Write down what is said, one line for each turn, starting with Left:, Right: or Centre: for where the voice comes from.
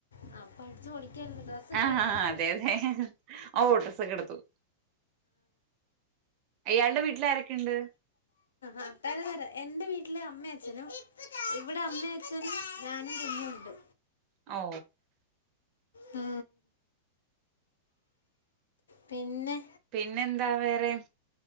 Left: ആഹ് അപ്പൊ അടിച്ചു പൊളിക്കല്ലേ ഡ്രസ്സൊക്കെ
Right: ആ
Left: എടുത്തോ
Right: അതെ അതെ ഓ ഡ്രസ് ഒക്കെ എടുത്തു അയാളുടെ വീട്ടിൽ ആരൊക്കെയുണ്ട്
Left: ആ തരാംതരം എന്റെ വീട്ട വീട്ടില് അമ്മയും അച്ഛനും ഇവിടെ അമ്മ അഛനും ഞാനും കുഞ്ഞും ഉണ്ട്
Right: ഓ
Left: ആ പിന്നെ
Right: പിന്നെന്താ വേറെ